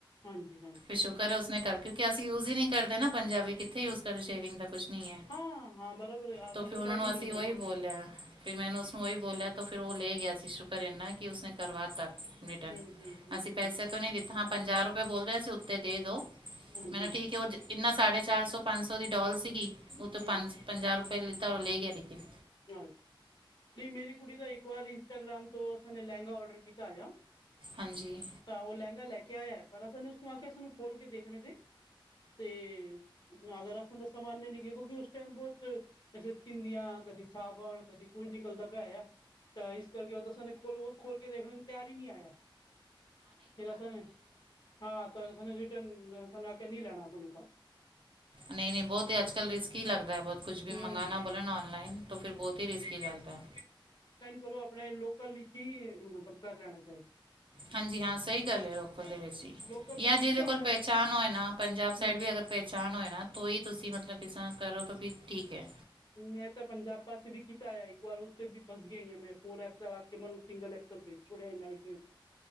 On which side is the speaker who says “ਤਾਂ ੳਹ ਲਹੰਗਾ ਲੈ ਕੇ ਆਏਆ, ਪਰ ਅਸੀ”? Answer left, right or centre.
Left